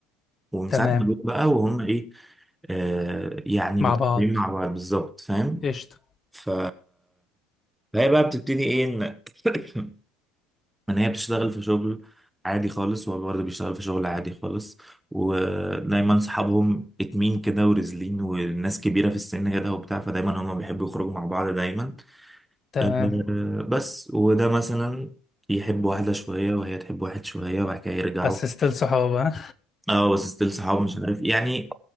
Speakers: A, in the centre; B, on the left.
A: ومن
B: تمام
A: ساعة ما جم بقى وهم إيه آه، يعني
B: مع
A: متربيين
B: بعض
A: مع بعض بالظبط فاهم
B: قشطه
A: ف- فهي بقى بتبتدي إيه إن <laughs> ان هي بتشتغل في شغل عادي خالص وهو برضه بيشتغل في شغل عادي خالص ودايما صحابهم اتمين كده ورزلين والناس كبيرة في السن كده وبتاع فدايما هما بيحبوا يخرجوا مع بعض دايما
B: تمام
A: آه، بس وده مثلا يحب واحدة شوية وهي تحب واحد شوية وبعد كده يرجعوا
B: بس ستيل صحاب ها
A: اه بس ستيل صحابه مش عارف يعني